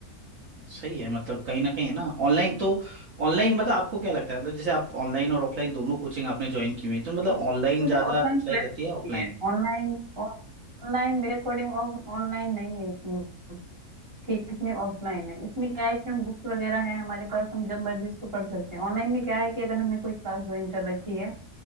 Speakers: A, on the right; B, on the right.
A: सही है मतलब कहीं ना कहीं है ना ऑनलाइन तो ऑनलाइन मतलब आपको क्या लगता है मतलब जैसे आप ऑनलाइन और ऑफलाइन दोनों कोचिंग आपने ज्वाइन की हुई है तो मतलब ऑनलाइन
B: मुझे
A: ज़्यादा
B: ऑफलाइन
A: सही
B: बेस्ट
A: रहती है
B: लगती
A: ऑफलाइन
B: है ऑनलाइन ऑनलाइन मेरे अकॉर्डिंग ऑनलाइन नहीं है इतनी कितने ऑफलाइन है इसमें क्या है कि हम बुक्स वगैरह हैं हमारे पास हम जब मर्जी इसको पढ़ सकते हैं ऑनलाइन में क्या है कि अगर हमने कोई क्लास ज्वाइन कर रखी है